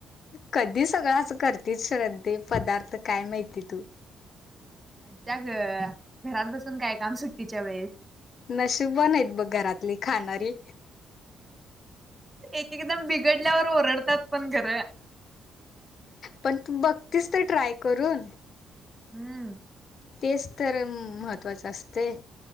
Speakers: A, on the left (about 50°); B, on the right (about 20°).
A: कधी सगळं अस करतेस श्रद्धे पदार्थ काय माहिती तू
B: मज्जा ग. घरात बसून काय काम सुट्टीच्या वेळेस
A: नशीबवाण आहेत बघ घरातली खाणारी,
B: एक एकदम बिघडल्यावर ओरडतात पण घर
A: पण तू बघ <unintelligible> ट्राय करून
B: हम्म
A: तेच तर महत्त्वाचं असतय.